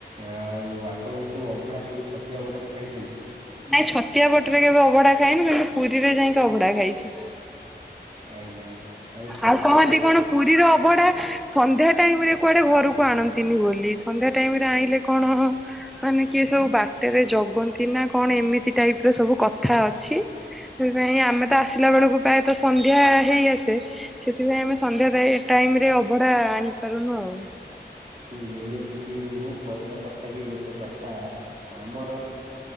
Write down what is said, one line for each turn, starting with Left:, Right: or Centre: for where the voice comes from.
Right: ଆଉ ଆପଣ ଏଇ ସବୁ ଅବଢ଼ା କେବେ ଛତିଆ ବଟରେ ଖାଇଛନ୍ତି?
Centre: ନାଇଁ ଛତିଆ ବଟ ରେ କେବେ ଅବଢ଼ା ଖାଇନି, କିନ୍ତୁ ପୁରୀରେ ଯାଇକି ଅବଢ଼ା ଖାଇଛି।
Right: ଆଜ୍ଞା। ଛତିଆ
Centre: ଆଉ କହନ୍ତି
Right: କା
Centre: କଣ ପୁରୀର ଅଭଢା ସନ୍ଧ୍ୟା ଟାଇମ ରେ କୁଆଡେ ଘରକୁ ଆଣନ୍ତିନି ବୋଲି ସନ୍ଧ୍ୟା ଟାଇମ ରେ ଆଣିଲେ କଣ। ମାନେ କିଏ ସବୁ ବାଟରେ ଜଗନ୍ତି ନା କଣ ଏମିତି। ଟାଇପ ର ସବୁ କଥା ଅଛି ସେଥିପାଇଁ ଆମେ ତ ଆସିଲା ବେଳକୁ ପ୍ରାୟତ ସନ୍ଧ୍ୟା ହେଇ ଆସେ। ସେଥିପାଇଁ ଆମେ ସନ୍ଧ୍ୟା ଟାଇମରେ ଅଭଡା ଆଣିପାରୁନୁ ଆଉ।
Right: ଯେମିତି କିି ମୁଁ କହିବା କଥା କି ଗୋଟେ କଥା ଆମର